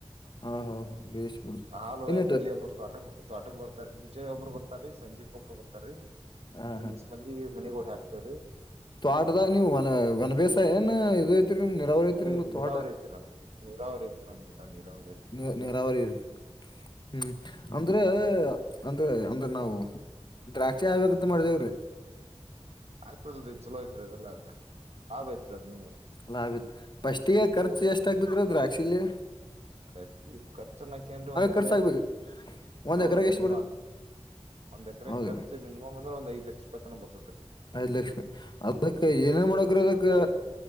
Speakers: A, on the left; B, on the right.
A: ಹಾ ಹಾ ಹಾ, ಬೇಸ್ ಬಿಡ್ರಿ
B: ಹಾಲ್ ವೈಯಾಕ್
A: ಏನ
B: ಇಲ್ಲೆ ಒಬ್ಬರು ತ್ವಾಟಕ್ ತ್ವಾಟಕ್ ಬರ್ತಾರ ರಿ ಮುಂಜೆಲ್ ಒಬ್ರು ಬರ್ತಾರೀ ಸಂಜೀಕ್ ಒಬ್ರು ಬರ್ತಾರ ರಿ
A: ಹಾ
B: ಒಂದಿಸು ಮಂದಿ ಮನಿಗ್ ಹೋಗಿ ಹಾಕ್ತೇವ್ರೀ
A: ತ್ವಾಟದಾಗ ನೀವು ವನ ವನ್ ಬೇಸಾಯ ಏನ್ ಇದು ಐತ್ರಿ ನಿಮ್ ನೀರಾವರಿ ಐತ್ರಿ
B: ಹೇ
A: ನಿಮ್ದು
B: ನೀರಾವರಿ
A: ತೋಟ
B: ಐತ್ರಿ ನಮ್ದು ನೀರಾವರಿ ಐತ್ರಿ ನಮ್ದು ನೀರಾವರಿ ಐತ್ರಿ
A: ನೀ ನೀರಾವರಿ ರೀ ಹ್ಮ್ ಅಂದ್ರ ಅಂದ್ರ ಅಂದ್ರ ನಾವು ದ್ರಾಕ್ಷಿ ಹಾಕ್ಬೇಕಂತ ಮಾಡ್ದೇವ್ರಿ
B: ಹಾಕ್ರಲ್ರಿ ಚಲೋ ಐತ್ರಿ ಅದೇಲ್ಲ ಅದು ಲಾಭ ಐತ್ರಿ ಅದ್ನು
A: ಲಾಭ ಐತ್ರಿ ಫಸ್ಟ್ಗೆ ಖರ್ಚು ಎಷ್ಟಾಗತೈತಿ ರಿ ದ್ರಾಕ್ಷಿಲೀ
B: ಖರ್ಚ ಖರ್ಚನ್ನಕ ಏನ್ರಿ ಒಂದ್ ಎಕ್ರೆ
A: ಖರ್ಚು ಹಾಕ್ಬೇಕ ಒಂದ್
B: ಹೌದ್ರಿ
A: ಎಕರೆಗೆ ಎಷ್ಟ್
B: ನೀವ್
A: ಬರತ್ತ
B: ಹಾಕ್ಬ ಒಂದ್ ಎಕ್ರೆ
A: ಹೌದ್ರಿ
B: ಖರ್ಚ ಮಿನಿಮಮ್ ಅಂದ್ರ ಒಂದ ಐದು ಲಕ್ಷ ರೂಪಾಯ ತನ ಬರ್ತೈತ್ರಿ ಅದು
A: ಐದು ಲಕ್ಷ ಅದಕ್ಕ ಏನೇನ್ ಮಾಡಬೇಕ್ರಿ ಅದಕ್ಕ
B: ಬರ್ತೈತ್ರಿ